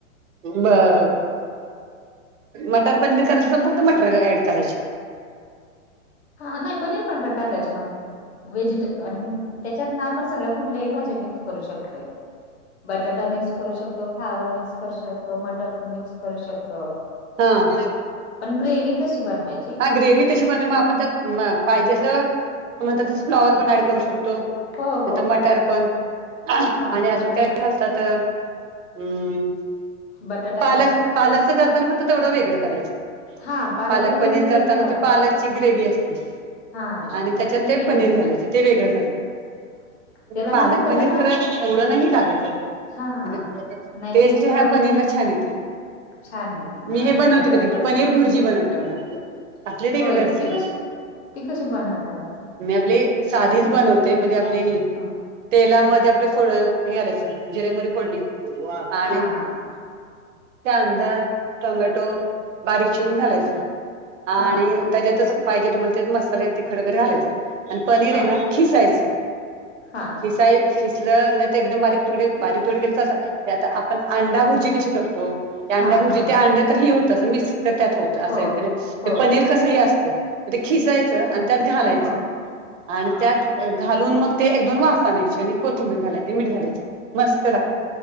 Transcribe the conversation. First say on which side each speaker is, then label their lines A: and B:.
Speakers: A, on the right (about 60°); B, on the left (about 50°).
A: बळ मटर पनीर बी करायच फक्त मटर ॲड करायचे.
B: हा नाही पनीर पण करता त्याचे मगं. व्हेजिट आणि त्याच्यात ना आपण सगळ्या कुठल्याही भाज्या मिक्स करू शकतोय. बटाटा मिक्स करू शकतो, फ्लावर मिक्स करू शकतो, मटर मिक्स करू शकतो.
A: हम्म.
B: पण ग्रेव्ही तशी बनवायची.
A: ग्रेव्ही तशी बन मग आपण पाहिजे असल त म फ्लावर
B: ह
A: पण ॲड करू शकतो.
B: हो हो
A: तर मटर
B: हो
A: पण आणि
B: हा
A: अजून काय घालतात अं म
B: बटाटा
A: पालक
B: घालतात
A: पालकच
B: ते
A: करताना फक्त तेवढं वेगळं करायचं.
B: हा पालकला
A: पालक पनीर
B: ही ग्रेव्ही
A: करताना
B: नाही वापरायची
A: ते पालकची ग्रेव्ही असते.
B: हा
A: आणि
B: हा
A: त्याच्यात
B: ति
A: ते
B: बी
A: पनीर घालायचे ते वेगळं झालं म्हणजे
B: त्याला
A: पालक
B: मग त्याला
A: पनीर
B: ना
A: खर एवढं नाही लागतं
B: हा नाही
A: टेस्ट ह्या पनीर
B: ती
A: ला छान येते
B: छान येते हा
A: मी हे बनवते
B: बटर
A: कधी पनीर भुर्जी बनवते बघा. आपली रेग्युलरच
B: होय का ती
A: की
B: कस ती कशी बनवत?
A: मी आपली साधीच बनव ते म्हणजे आपली
B: हा
A: तेलामध्ये आपलं फोड हे घालायचं जिरे मोरी फोडणी आणी
B: हा हा
A: कांदा टोमॅटो बारीक चिरून घालायच आणि
B: हा
A: त्याच्यातच पाहिजे तुम्हाला ते मसाले तिखड वगैर घालायचा आणि पनीर
B: हा
A: आहे ना खिसायच
B: हा
A: खिसाय खिसलं नाही तर एकदम बारीक तुकडे बारीक तुकडे केले चालतात आता आपण अंडा भुर्जी कशी करतो त्या
B: हा
A: अंडा भुर्जी
B: हा हा हा
A: ते अंड् तर हे होत अस मिक्स त्यात होत अस
B: हो
A: ते
B: हो
A: पनीर कसंही असते ते खिसायचं
B: ह
A: आणि त्यात घालायचं
B: ह
A: आणि
B: ह
A: त्यात घालून मग ते एक दोन वास आणायची आणि कोथिंबीर घालायची मीठ घालायचे मस्त लागते